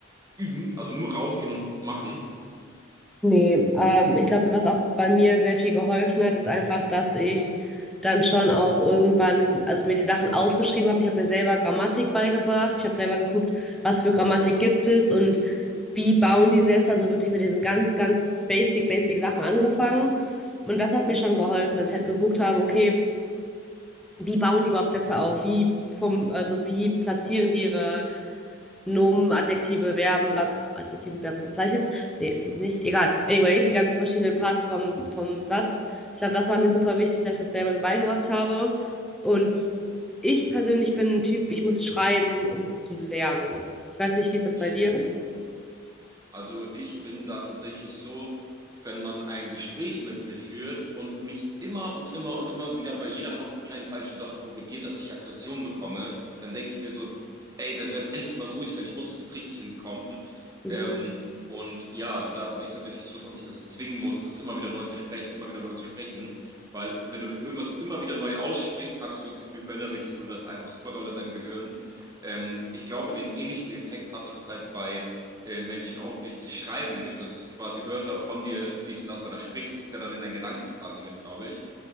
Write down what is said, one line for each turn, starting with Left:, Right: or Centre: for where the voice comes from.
Right: üben, also nur rausgehen und machen?
Centre: Nee, ähm, ich glaube, was auch bei mir sehr viel geholfen hat, ist einfach, dass ich dann schon auch irgendwann, also mir die Sachen aufgeschrieben habe. Ich habe mir selber Grammatik beigebracht. Ich habe selber geguckt, was für Grammatik gibt es und wie bauen die Sätze. Also wirklich mit diesen ganz, ganz basic, basic Sachen angefangen. Und das hat mir schon geholfen, dass ich halt geguckt habe, okay, wie bauen die überhaupt Sätze auf? Wie vom, also wie platzieren die ihre Nomen, Adjektive, Verben, bla, Adjektive und Verben sind das gleiche. Nee, sind es nicht. Egal. Anyway, die ganzen verschiedenen Parts vom, vom Satz. Ich glaube, das war mir super wichtig, dass ich das selber mir beigebracht habe. Und ich persönlich bin ein Typ, ich muss schreiben, um zu lernen. Ich weiß nicht, wie ist das
Right: Mhm.
Centre: bei dir?
Right: Also ich bin da tatsächlich so, wenn man ein Gespräch mit mir führt und mich immer und immer und immer wieder bei jeder noch so kleinen falschen Sache korrigiert, dass ich Aggression bekomme, dann denke ich mir so, ey, der soll jetzt endlich mal ruhig sein, ich muss es jetzt richtig hinbekommen.
Centre: Mhm.
Right: Ähm, und ja, da bin ich tatsächlich so, dass man mich dazu zwingen muss, das immer wieder neu zu sprechen, immer wieder neu zu sprechen. Weil wenn du irgendwas immer wieder neu aussprichst, habe ich so das Gefühl, verinnerlichst du das einfach super doll in deinem Gehirn. Ähm, ich glaube, den ähnlichen Effekt hat es halt bei äh, Menschen auch durch das Schreiben, durch das quasi Wörter von dir fließen lassen, weil da sprichst du es ja dann in deinen Gedanken quasi mit, glaube ich.